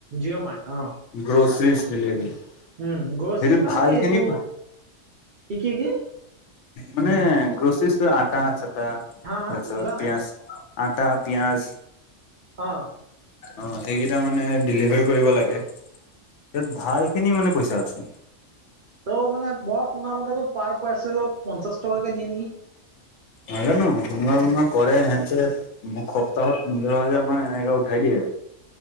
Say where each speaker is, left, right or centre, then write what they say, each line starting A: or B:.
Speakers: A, on the right (about 55°); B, on the left (about 70°).
A: জিঅমাৰ্ট অ'।
B: Groceries delivery.
A: উম, গ্ৰছাৰিছ
B: সেইটোত
A: মানে
B: ভাল
A: কি
B: খিনি
A: এইটো কি, কি, কি?
B: মানে গ্ৰচেৰিছ টো আটা চাটা তাৰপিছত
A: হা হা বুজা নাই
B: পিয়াজ, আটা, পিয়াজ
A: অ'।
B: অ', সেইকেইটা মানে ডেলিভাৰি কৰিব লাগে, তাত ভালখিনি মানে পইচা আছে।
A: ত' মানে মই শুনা মতেতো পাৰ পাৰ্চেলত পঞ্চাশ টকাকে দিয়ে নেকি?
B: নাজানো কোনোবাই কোনোবাই কৰে সিহঁতে দুসপ্তাহত পোন্ধৰ হাজাৰ মানে এনেকা উঠাই দিয়ে।